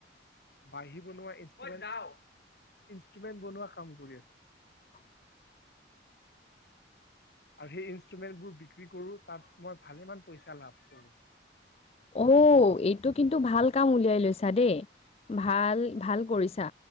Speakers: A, on the left (about 60°); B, on the left (about 35°).
A: বাঢ়ি বনোৱা ই। ইনষ্টোমেন্ত বনোৱা কাম কৰি আছিল।
B: <unintelligible>
A: আৰু সেই ইনষ্টোমেন্তবোৰ বিক্ৰী কৰোঁ তাত মই ভালেমান পইচা লাভ কৰোঁ।
B: অ এইটো কিন্তু ভাল কাম উলিয়াই লৈছা দেই। ভাল ভাল কৰিছা